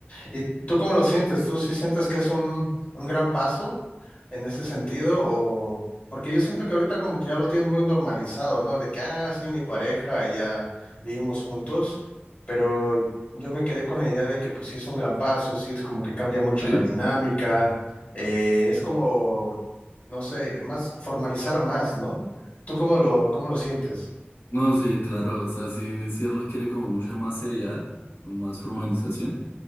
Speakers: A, on the left; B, on the left.
A: ¿Y tú cómo lo sientes? ¿Tú sí sientes que es un, un gran paso en ese sentido? O porque yo siento que ahorita como que ya lo tienen muy normalizado, ¿no? De que, ah, sí, mi pareja y ya vivimos juntos, pero yo me quedé con la idea de que pues sí es un gran paso, sí es como que cambia mucho
B: ¿Sí?
A: la dinámica, eh, es como, no sé, más formalizar más, ¿no? ¿Tú cómo lo, cómo lo sientes?
B: No, sí, claro, o sea, sí, sí requiere como mucha más seriedad o más formalización,